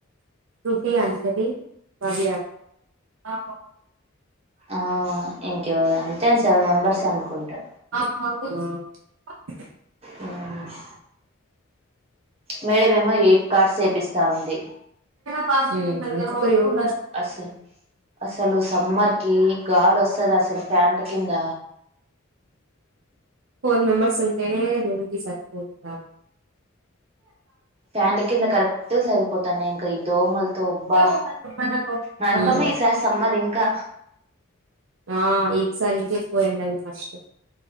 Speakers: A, on the right; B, on the right.
A: శ్రృతి, అంజలి, భవ్య ఆ
B: ఆ ఇంక ఎవ అంతే సెవెన్ మెంబెర్స్ అనుకుంటా
A: ఉ
B: ఉమ్ మేడం ఏమో ఎయిట్ కార్డ్స్ చేేపిస్తా ఉంది.
A: ఉమ్ <unintelligible>
B: అసలు అసలు సమ్మర్ కి గాలి వస్తది అసలు ఫ్యాన్లు కింద
A: ఫోర్ మెంబర్స్ ఉంటేనే రూమ్ కి సరిపోతదా
B: ఫ్యాన్ల కింద కరెక్ట్ సరిపోతానేే ఇంక దోమలతో ఉబ్బా
A: ఒకసారి చెప్పండి అక్క
B: నరకమే ఈసారి సమ్మర్ ఇంకా
A: ఆ ఈసారి ఇంకా ఎక్కువ ఎండలు ఫస్ట్